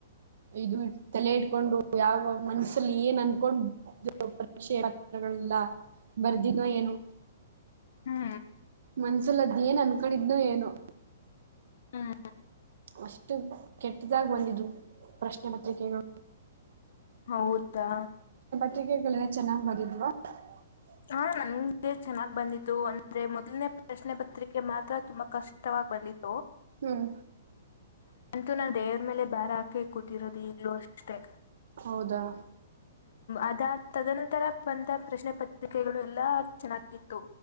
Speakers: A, on the right; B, on the left.
A: ಇದು ಇ ತಲೆ ಇಟ್ಕೊಂಡು ಯಾವ ಮನ್ಸಲ್ಲಿ ಏನ್ ಅನ್ಕೊಂಡ ಪರಿಷ್ಕೆ ಇಲ್ಲ ಬರ್ದಿನೋ ಏನು
B: ಹಾ
A: ಮನ್ಸಲದ್ ಏನ್ ಅನ್ಕೊಂಡಿದ್ನ ಏನೋ.
B: ಹಾ ಹಾ
A: ಅಷ್ಟು ಕೆಟ್ಟದಾಗ್ ಬಂದಿದ್ವು ಪ್ರಶ್ನೆ ಪತ್ರಿಕೆಗಳು.
B: ಹೌದಾ
A: ಪತ್ಕೆಗಳೆಲ್ಲ ಚೆನ್ನಾಗ್ ಬರಿದ್ವಾ <unintelligible>
B: ಹಾ ನಂಗೆ ಚೆನ್ನಾಗ್ ಬಂದಿತ್ತು ಅಂದ್ರೆ ಮೊದಲನೇ ಪ್ರಶ್ನೆ ಪತ್ರಿಕೆ ಮಾತ್ರ ತುಂಬಾ ಕಷ್ಟವಾಗಿ ಬಂದಿತ್ತು.
A: ಹ್ಮ್
B: ಇತ್ತು ನಾನ್ ದೇವ್ರ ಮೇಲೆ ಬಾರ ಹಾಕೆ ಕೂತಿರೋದು ಈಗ್ಲೂ ಅಷ್ಟೇ.
A: ಹೌದಾ
B: ಅದ ತದನಂತರ ಬಂತ ಪ್ರಶ್ನೆ ಪತ್ರಿಕೆಗಳು ಎಲ್ಲಾ ಚೆನ್ನಾಗಿತ್ತು.